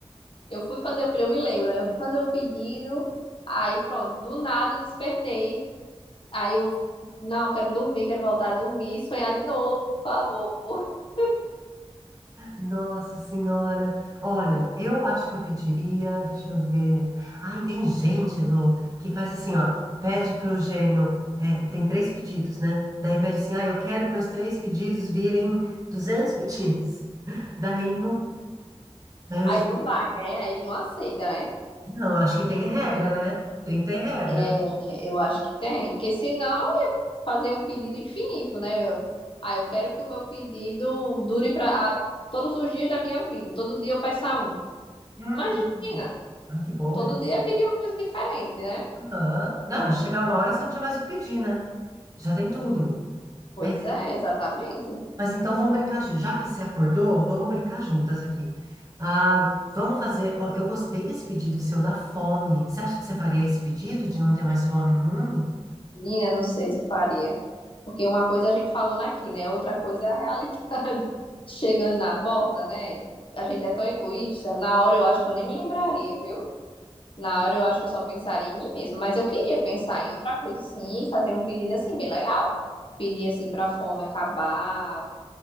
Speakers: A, on the left; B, on the right.
A: Eu fui fazer o pedido, eu me lembro, né? eu fui fazer o pedido, aí pronto, do nada eu despertei. Aí eu, não, quero dormir, quero voltar a dormir, e sonhar de novo, por favor. <laughs>
B: Nossa Senhora, olha, eu acho que eu pediria, deixa eu ver. Ai, tem gente, Lô, que faz assim, ó, pede pro gênio, é, tem três pedidos, né? Daí pede assim, ah, eu quero que meus três pedidos virem 200 pedidos. Daí não, daí
A: Aí não
B: o
A: vai, né? Aí ele não aceita, né?
B: não, acho que tem regra, né? Tem que ter regra.
A: É, eu acho que tem, porque senão eu ia fazer um pedido infinito, né? Eu, ah, eu quero que o meu pedido dure para todos os dias da minha vida, todo dia eu peça um.
B: Hum,
A: Imagina.
B: ai, que boa
A: Todo
B: essa.
A: dia pedir uma coisa diferente, né?
B: Aham. Não, chegar uma hora que você não tinha mais o que pedir, né? Já tem tudo.
A: Pois
B: É,
A: é, exatamente.
B: Mas então vamos brincar juntos. Já que você acordou, vamos brincar juntas aqui. Ah, vamos fazer. ó, eu gostei desse pedido seu da fome. Você acha que você faria esse pedido de não ter mais fome no mundo?
A: Menina, não sei se eu faria. Porque uma coisa é a gente falando aqui, né? Outra coisa é a realidade. <laughs> Chegando na porta, né? A gente é tão egoísta. Na hora eu acho que eu nem me lembraria, viu? Na hora eu acho que eu só pensaria em mim mesma. Mas eu queria pensar em outra coisa, sim, e fazer um pedido assim, bem legal. Pedir assim pra fome acabar,